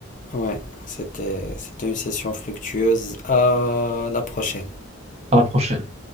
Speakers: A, on the left (about 40°); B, on the right (about 30°).
A: Ouais, c'était, c'était une session fructueuse. À la prochaine.
B: à la prochaine.